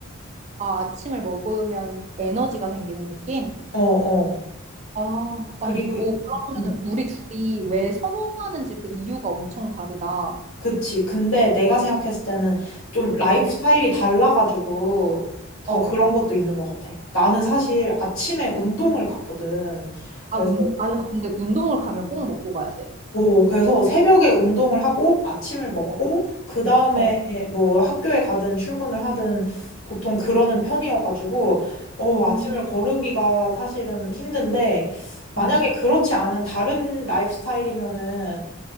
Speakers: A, on the right; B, on the left.
A: 아, 아침을 먹으면 에너지가 생기는 느낌?
B: 어, 어.
A: 아,
B: 그리고,
A: 아니, 오, 그러면은
B: 음,
A: 우리 둘이 왜 선호하는지 그 이유가 엄청 다르다.
B: 그치. 근데 내가 생각했을 때는 좀 라이프
A: 어,
B: 스타일이 달라가지고 더
A: 어.
B: 그런 것도 있는 것 같아. 나는 사실 아침에 운동을 가거든. 그래서
A: 아, 운, 아, 야, 근데 운동을 가면 꼭 먹고 가야 돼.
B: 오, 그래서 새벽에 운동을 하고 아침을 먹고
A: 어,
B: 그 다음에
A: 어.
B: 뭐 학교에 가든 출근을 하든 보통 그러는 편이어가지고 어,
A: 음,
B: 아침을 거르기가 사실은 힘든데 만약에
A: 음,
B: 그렇지 않은 다른 라이프 스타일이면은